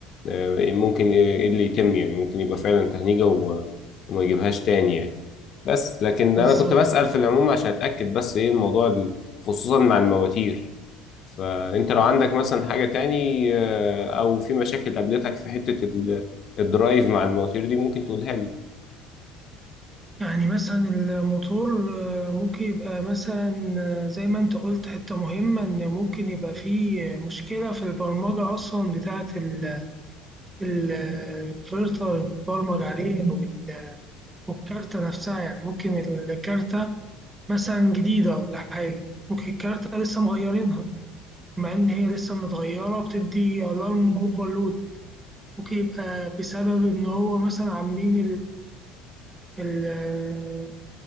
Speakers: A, on the left; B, on the right.
A: آه، ممكن ايه اللي يتم يعني ممكن يبقى فعلا تهنيجة و- وما يجيبهاش تاني يعني بس لكن
B: بالظبط؟
A: انا كنت بسأل في العموم عشان اتأكد بس ايه الموضوع ال- خصوصا مع المواتير فانت لو عندك مثلا حاجة تاني آه، او في مشاكل قابلتك في حتة ال- الدرايف مع المواتير دي ممكن تقولها لي
B: يعني مثلا الموتور آه، ممكن يبقى مثلا آه، زي ما انت قلت حتة مهمة ان ممكن يبقى فيه مشكلة في البرمجة اصلا بتاعة ال- ال- الانفرتر المتبرمج عليه او ال- أو الكارتة نفسها يعني ممكن الكارتة مثلا جديدة ولا حاجة ممكن الكارتة لسه مغيرينها مع ان هي لسه متغيرة بتدي الارم اوفرلود ممكن يبقى بسبب ان هو مثلا عاملين ال